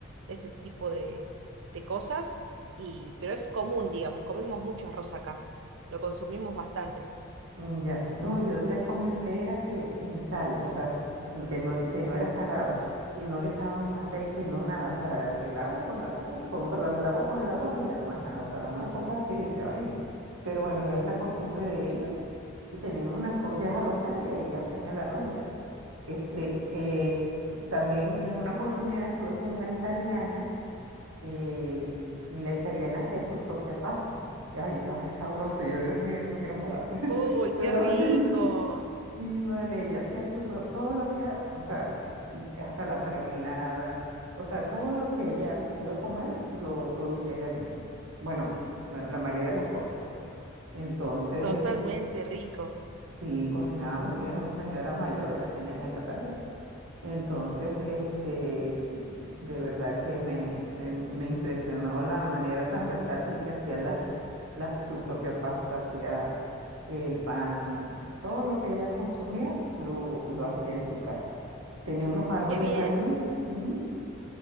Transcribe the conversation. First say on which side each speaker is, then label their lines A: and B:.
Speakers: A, on the right; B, on the right.
A: ese tipo de, de cosas, y, pero es común, digamos, comemos mucho arroz acá, lo consumimos bastante.
B: Mm, Ya, no, yo te comenté era que sin sal, o sea, s- s- no- que no, que no era salado y no le echaban aceite y no nada, o sea, el agua con la sal, con, perdón, el agua con el arroz y ya, más nada, o sea, una cosa que yo decía, ay, pero bueno, es la costumbre de ellos y tenían unas ollas arroceras y ahí hacían el arroz y ya. Este, eh, también en una oportunidad estuve con una italiana y, y la italiana hacía su propia pasta. Ya, yo, ay, sabroso, yo, Dios mío, no me quiero mudar. <laughs>
A: Uy,
B: Pero
A: qué rico,
B: sí, sí, vale, ella hacía su propio, todo lo hacía, o sea, hasta la mermelada, o sea, todo lo que ella iba a comer lo producía ella misma. Bueno, la la mayoría de las cosas, pues. Entonces,
A: totalmente rico,
B: sí, cocinaba muy bien, una señora mayor, ya tenía ñacatales. Entonces, este, de verdad que me, me- me impresionó la manera tan versátil que hacía la, la- su propia pasta, hacía el pan, todo lo que ella consumía lo, lo hacía en su casa. Tenía unos árboles
A: qué bien,
B: allí, ujú,